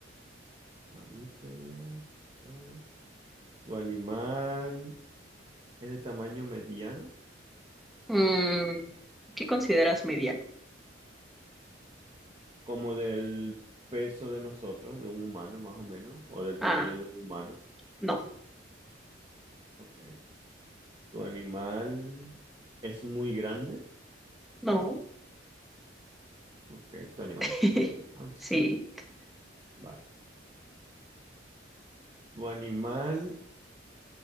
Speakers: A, on the right; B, in the centre.
A: Mamífero. ta, ta. ¿Tu animal es de tamaño mediano?
B: Mm, ¿qué consideras mediano?
A: Como del peso de nosotros, de un humano más o menos, o del tamaño
B: Ah,
A: de un humano.
B: no,
A: Ok. ¿Tu animal es muy grande?
B: no.
A: Ok. Tu animal
B: <laughs>
A: es pequeño, entonces.
B: Sí,
A: Vale. ¿Tu animal